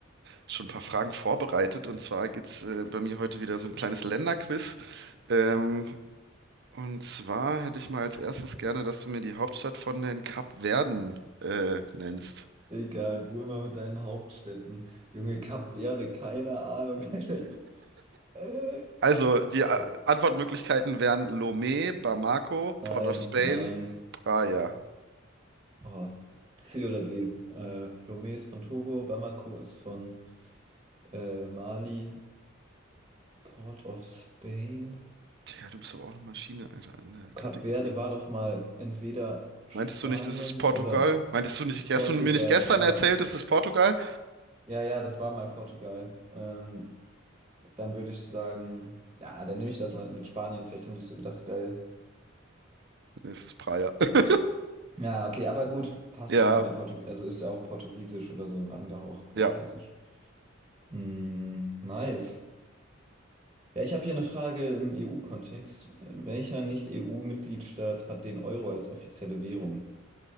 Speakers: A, on the right; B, on the right.
A: schon ein paar Fragen vorbereitet. Und zwar geht's äh, bei mir heute wieder so ein kleines Länderquiz. Ähm, und zwar hätte ich mal als erstes gerne, dass du mir die Hauptstadt von den Kapverden äh, nennst.
B: Digga, du immer mit deinen Hauptstädten. Junge, Kap Verde, keine Ahnung, <laughs> Alter. Ich, äh,
A: Also, die äh,
B: boah.
A: Antwortmöglichkeiten wären Lomé, Bamako,
B: Nein,
A: Port of Spain,
B: nein.
A: Praia.
B: Oh. C oder D. Äh, Lomé ist von Togo, Bamako ist von äh, Mali, Port of Spain.
A: Digga, du bist aber auch eine Maschine, Alter, in der
B: Kap
A: Kategorie.
B: Verde war doch mal entweder Spanien
A: Meintest du nicht, das ist Portugal?
B: oder
A: Meintest du nicht,
B: Portugal.
A: hast du mir nicht gestern
B: Ja,
A: erzählt, das ist Portugal?
B: ja, ja, das war mal Portugal. Ähm, dann würde ich sagen, ja, dann nehme ich das mal mit Spanien. Vielleicht haben die so gedacht, geil.
A: Nee, es ist Praia. <laughs>
B: Ja, okay, aber gut, passt
A: Ja,
B: auch von der Portug, also ist ja auch Portugiesisch oder so angehaucht, Portugiesisch.
A: ja.
B: Mm, nice. Ja, ich habe hier eine Frage im EU-Kontext. Welcher Nicht-EU-Mitgliedstaat hat den Euro als offizielle Währung?